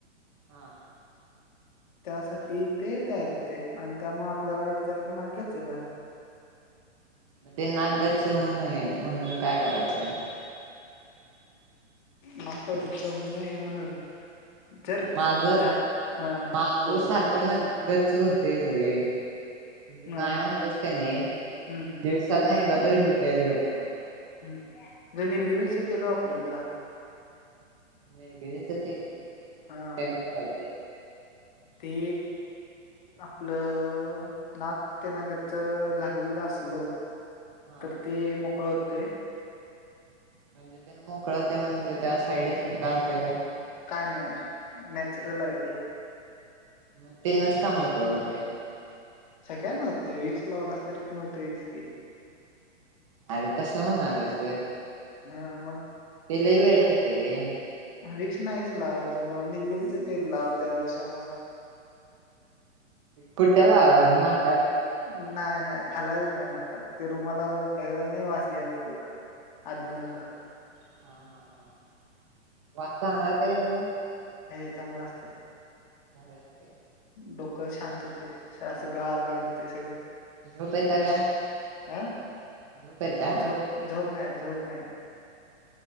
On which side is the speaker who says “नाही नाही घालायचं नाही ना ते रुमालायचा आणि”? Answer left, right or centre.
Left